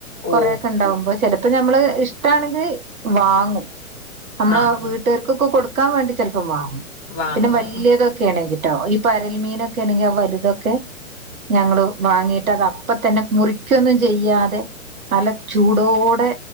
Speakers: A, on the right (about 70°); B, on the left (about 30°).
A: കൊറേക്കെ
B: ഓ
A: ഇണ്ടാവ്മ്പോ ചെലെപ്പം ഞമ്മള് ഇഷ്ടാണെങ്കില് വാങ്ങും അമ്മളാ
B: ആഹ്
A: വ്ട്ടാര്ക്കൊക്കെ
B: ആഹ്
A: കൊട്ക്കാം മാണ്ടി ചെൽപ്പം വാങ്ങും
B: വാങ്ങും
A: പിന്നെ വല്ല്യതൊക്കേണെങ്ങിട്ടോ ഇ പരൽ മീനൊക്കേണെങ്കി ആ വല്തൊക്കെ ഞങ്ങ്ളു വാങ്ങി ട്ടതപ്പതന്നെ മുറിയ്ക്കൊന്നും ചെയ്യാതെ നല്ല ചൂടോടെ